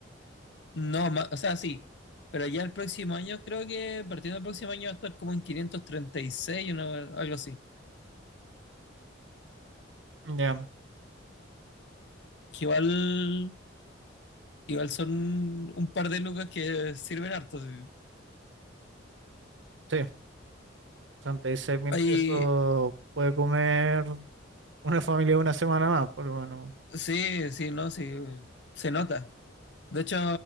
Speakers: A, on the left; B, on the right.
A: No, ma- o sea, sí, pero ya el próximo año, creo que partiendo del próximo año va a estar como en 536, una- algo así.
B: Ya,
A: Que igual, igual son un par de lucas que sirven harto. sí.
B: sí, sesenta y seis mil
A: Hay-
B: pesos puede comer una familia una semana más, por lo menos.
A: sí, sí, no, sí, se nota. De hecho,